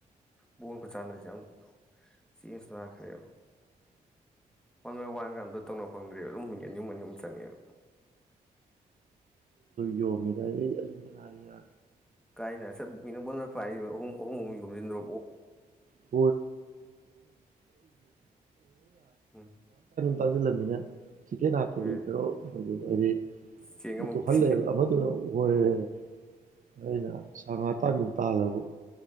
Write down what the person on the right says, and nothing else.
ꯌꯣꯃꯤꯖꯤꯅꯔ
<unintelligible>
ꯇꯥꯁꯤꯜꯂꯝꯃꯤꯅ ꯁꯤꯛꯀꯦꯟ ꯍꯥꯞꯄꯗꯤ
ꯀꯔꯣ ꯃꯣꯏꯗꯨ ꯍꯥꯏꯗꯤ
<unintelligible> ꯍꯜꯂꯦ ꯑꯃꯗꯨ <unintelligible>
ꯑꯩꯅ ꯁꯥ ꯉꯥ ꯇꯥꯟꯒꯨꯝ ꯇꯥꯜꯂꯕꯨ